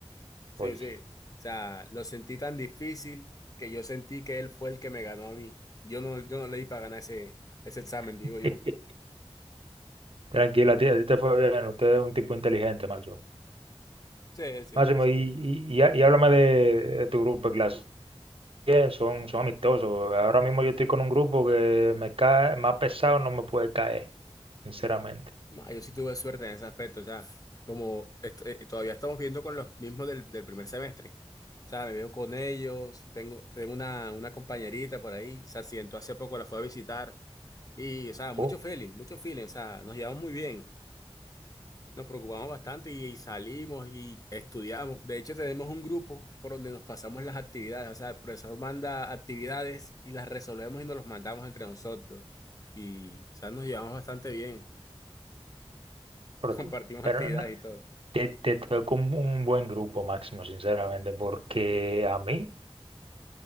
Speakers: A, on the left; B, on the right.
A: Sí,
B: Oye,
A: sí. O sea, lo sentí tan difícil que yo sentí que él fue el que me ganó a mí. Yo no, yo no le di para ganar ese, ese examen, digo
B: <laughs>
A: yo.
B: tranquilo, a ti, a ti te fue bien. Usted es un tipo inteligente, Máximo.
A: Sí, sí.
B: Máximo,
A: O sea,
B: y, y, y há- y háblame de, de tu grupo de clase. ¿Qué? Son, son amistosos. Ahora mismo yo estoy con un grupo que me cae, más pesado no me puede caer, sinceramente.
A: no, yo sí tuve suerte en ese aspecto. O sea, como est- eh, todavía estamos viendo con los mismos del, del primer semestre. O sea, me veo con ellos, tengo, tengo una, una compañerita por ahí, se accidentó hace poco, la fue a visitar. Y, o sea, mucho
B: Oh,
A: feeling, mucho feeling, o sea, nos llevamos muy bien, nos preocupamos bastante y, y salimos y estudiamos. De hecho, tenemos un grupo por donde nos pasamos las actividades, o sea, el profesor manda actividades y las resolvemos y nos los mandamos entre nosotros. Y, o sea, nos llevamos bastante bien, <laughs>
B: pero,
A: compartimos
B: tú- pero
A: actividades
B: no,
A: y todo.
B: te, te tocó un, un buen grupo, Máximo, sinceramente, porque a mí,